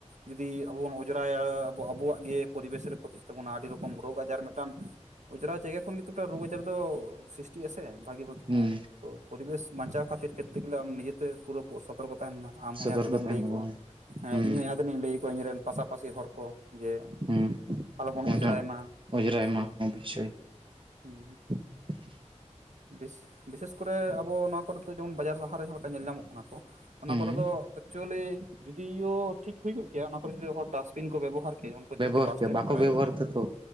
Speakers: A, on the right; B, on the right.
A: ᱡᱩᱫᱤ ᱟᱵᱚ ᱵᱚᱱ ᱚᱸᱡᱽᱨᱟᱭᱟ ᱟᱵᱚᱼᱟᱵᱚᱣᱟᱜ ᱜᱮ ᱯᱚᱨᱤᱵᱮᱥ ᱨᱮ ᱠᱷᱚᱛᱤᱜ ᱛᱟᱵᱚᱱᱟ᱾ ᱟᱹᱰᱤ ᱨᱚᱠᱚᱢ ᱨᱳᱜᱽ ᱟᱡᱟᱨ ᱢᱤᱫᱴᱟᱱ ᱚᱸᱡᱽᱨᱟ ᱡᱟᱭᱜᱟ ᱠᱷᱚᱱ ᱜᱮᱛᱚ ᱢᱤᱫᱴᱟᱝ ᱨᱳᱜᱽ ᱟᱡᱟᱨ ᱫᱚ ᱥᱨᱤᱥᱴᱤᱜᱼᱟ ᱥᱮ᱾ ᱵᱷᱟᱹᱜᱤ ᱵᱷᱟᱹᱜᱤ
B: ᱦᱩᱸ
A: ᱦᱮᱸ ᱠᱚ ᱯᱚᱨᱤᱵᱮᱥ ᱵᱟᱧᱪᱟᱣ ᱠᱷᱟᱹᱛᱤᱨ ᱠᱮᱨᱛᱮ ᱜᱮᱞᱮ ᱟᱢ ᱱᱤᱡᱮᱛᱮ ᱯᱩᱨᱟᱹ ᱥᱚᱛᱚᱨᱠᱚ ᱛᱟᱦᱮᱱ ᱢᱮ᱾ ᱟᱢ ᱦᱚᱸ
B: ᱥᱚᱛᱚᱨᱠᱚ
A: ᱡᱟᱦᱟᱸ ᱛᱤᱱᱟᱹᱜ ᱮᱢ
B: ᱛᱟᱦᱮᱱ
A: ᱞᱟᱹᱭ
B: ᱞᱟᱜᱟᱣᱟ
A: ᱟᱠᱚᱣᱟ᱾ ᱦᱮᱸ
B: ᱦᱩᱸ
A: ᱤᱧᱦᱚᱸ ᱡᱟᱦᱟᱸ ᱛᱤᱱᱟᱹᱜ ᱤᱧ ᱞᱟᱹᱭ ᱟᱠᱚᱣᱟ, ᱤᱧ ᱨᱮᱱ ᱯᱟᱥᱟᱯᱟᱥᱤ ᱦᱚᱲ ᱠᱚ ᱡᱮ
B: ᱦᱩᱸ
A: ᱟᱞᱚ ᱵᱚᱱ
B: ᱢᱤᱫᱴᱟᱝ
A: ᱚᱸᱡᱽᱨᱟᱭ ᱢᱟ
B: ᱚᱡᱽᱨᱟᱭ
A: ᱦᱩᱸ
B: ᱢᱟ ᱚᱵᱚᱥᱥᱳᱭ
A: ᱦᱩᱸ᱾
B: <inaudible>
A: ᱵᱮᱥ ᱵᱤᱥᱮᱹᱥ ᱠᱚᱨᱮ ᱟᱵᱚ ᱱᱚᱣᱟ ᱠᱚᱨᱮ ᱫᱚ ᱡᱮᱢᱚᱱ ᱵᱟᱡᱟᱨ ᱥᱟᱦᱟᱨ ᱨᱮ ᱡᱟᱦᱟᱸ ᱞᱮᱠᱟ ᱧᱮᱞ ᱧᱟᱢᱚᱜ ᱠᱟᱱᱟ ᱠᱚ᱾ ᱚᱱᱟ
B: ᱦᱩᱸ
A: ᱠᱚᱨᱮ ᱫᱚ ᱮᱠᱪᱩᱭᱮᱞᱤ ᱡᱩᱫᱤᱼᱭᱳ ᱴᱷᱤᱠ ᱦᱩᱭ ᱠᱚᱜ ᱠᱮᱭᱟ, ᱚᱱᱟ ᱠᱚᱨᱮ ᱡᱩᱫᱤ ᱦᱚᱲ ᱰᱟᱥ ᱵᱤᱱ ᱠᱚ ᱵᱮᱵᱚᱦᱟᱨ ᱠᱮᱭᱟ, ᱡᱮᱢᱚᱱ ᱯᱚᱛᱛᱮᱠᱴᱤ
B: ᱵᱮᱵᱚᱦᱟᱨ
A: ᱵᱟᱥᱴᱮᱱᱰ
B: ᱠᱮ ᱵᱟᱠᱚ
A: ᱠᱚᱨᱮ᱾
B: ᱵᱮᱵᱚᱦᱟᱨ ᱫᱟᱛᱚ